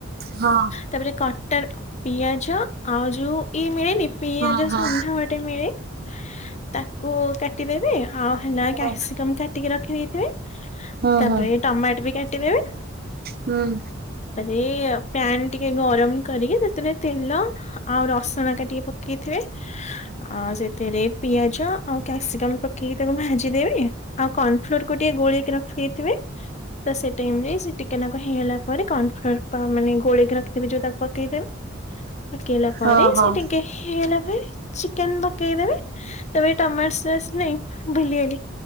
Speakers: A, on the right (about 50°); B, on the left (about 35°).
A: ହଁ।
B: ତାପରେ କଟା ର ପିଆଜ, ଆଉ ଯୋଉ ଇଏ ମିଳେନି ପିଆଜ
A: ହଁ ହଁ
B: ଶଣ୍ଢା ଗୋଟେ ମିଳେ ତାକୁ କାଟିଦେବେ, ଆଉ ନାହିଁ
A: ହଁ
B: କ୍ୟାସିକମ୍ କାଟିକି ରଖିଦେଇଥିବେ,
A: ହଁ
B: ତାପରେ
A: ହଁ
B: ଟମାଟ ବି କାଟିଦେବେ
A: ହୁଁ।
B: ଏଇ ପ୍ୟାନ୍ ଟିକେ ଗରମ କରିକି, ସେଥିରେ ତେଲ ଆଉ ରସୁଣ କାଟିକି ପକେଇଥିବେ ଆ ସେଥିରେ ପିଆଜ ଆଉ କ୍ୟାପସିକମ୍ ପକେଇକି ତାକୁ ଭାଜିଦେବି, ଆଉ କର୍ଣ୍ଣଫ୍ଲୋରକୁ ଟିକେ ଗୋଳେଇକି ରଖିେଦେଇଥିବେ ତ ସେ ଟାଇମରେ ସେ ଟିକେ ନାକୁ ହେଇଗଲା ପରେ, କନଫ୍ଲୋର ପା ମାନେ ଗୋଳେଇକି ରଖିଥିବେ ଯୋଉ ତାକୁ ପକେଇ ଦେବେ ପକେଇଲା ପରେ,
A: ହଁ ହଁ ହୁଁ।
B: ସିଏ ଟିକେ ହେଇଗଲା ପରେ ଚିକେନ ଦ ପକେଇଦେବେ, ତେବେ ଏଇ ଟମାଟ ସସ୍ ନେଇ ଭୁଲିଗଲି,